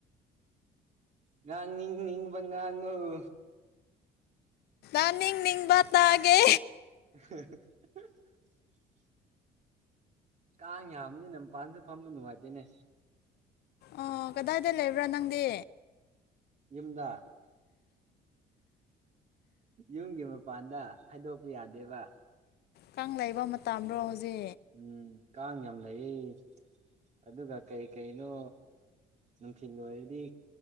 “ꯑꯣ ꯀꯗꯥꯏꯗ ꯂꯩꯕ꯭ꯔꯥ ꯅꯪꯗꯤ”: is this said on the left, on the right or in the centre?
Left